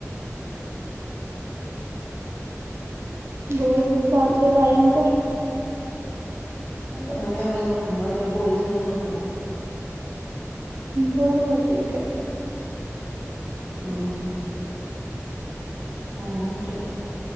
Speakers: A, on the right; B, on the left.
A: बर बर चालते व्यायाम कर.
B: आता बया बाई झोपणार बाई पोरी सया झोपल्यात.
A: बरोबर ठीके.
B: ऊं हुं. हा हा ठेव ठेव.